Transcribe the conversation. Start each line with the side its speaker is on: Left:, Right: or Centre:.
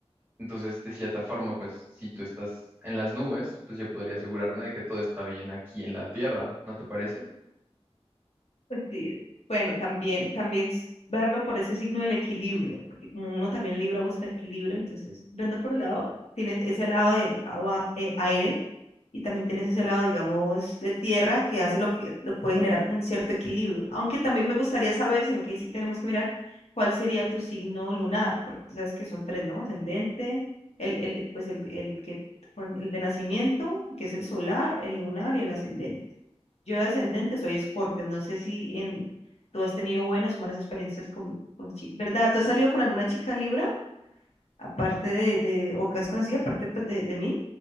Right: Entonces, de cierta forma, pues si tú estás en las nubes, pues yo podría asegurarme de que todo está bien aquí en la tierra, ¿no te parece?
Left: Pues sí, bueno, también, también s- verlo por ese signo del equilibrio, porque como uno también Libra busca el equilibrio, entonces, viendo por el lado, tienes ese lado del agua, eh, aire, y también tienes ese lado, digamos, de tierra que hace lo que lo puede generar un cierto equilibrio. Aunque también me gustaría saber, sino que ahí sí tenemos que mirar cuál sería tu signo lunar, porque tú sabes que son tres, ¿no? Ascendente, el, el, de- pues el, el que, con- el de nacimiento, que es el solar, el lunar y el ascendente. Yo de ascendente soy Escorpio, no sé si en, tú has tenido buenas o malas experiencias con, con chicas, ¿verdad? ¿Tú has salido con alguna chica Libra, aparte de, de o que has conocido, aparte pues, de, de mí?